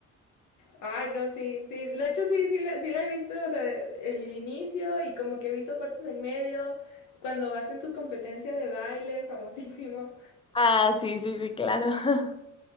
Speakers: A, on the left; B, on the left.
A: Ay, no, sí, sí. De hecho, sí, sí la, sí la he visto, o sea, el, el inicio y como que he visto partes en medio, cuando hacen su competencia de baile, famosísimo.
B: Ah, sí, sí, sí, claro. <laughs>